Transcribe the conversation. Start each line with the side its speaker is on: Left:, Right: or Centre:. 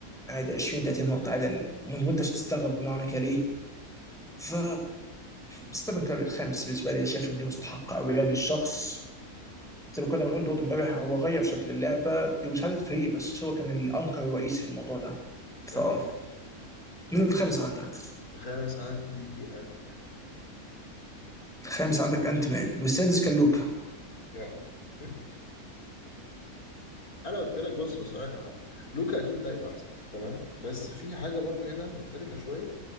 Centre: عادي 20 30 نقطه عادي يعني وانت مش هتستغرب انه عمل كده ليه ف ستيفن كير الخامس بالنسبه لي أنا شايف ان دي مستحقه قوي يعني للشخص زي ما كنا بنقول برضه امبارح هو غير شكل اللعبه بمساعده الفريق بس هو كان الانكر الرئيسي في الموضوع ده فاه
Left: آه، ماشي
Centre: مين الخامس عندك؟
Left: الخامس عندي انت مان.
Centre: الخامس عندك انت مان والسادس كان لوكا
Left: يا <laughs> انا قلت لك بص بص هقولك على حاجه لوكا اكيد لعيب احسن تمام بس في حاجه برضو هنا مختلفه شويه